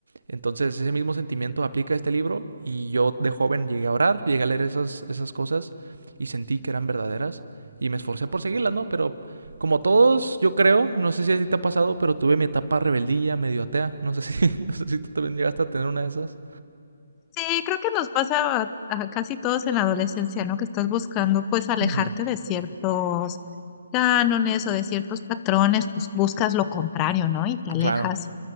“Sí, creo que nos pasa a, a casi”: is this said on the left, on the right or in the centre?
Left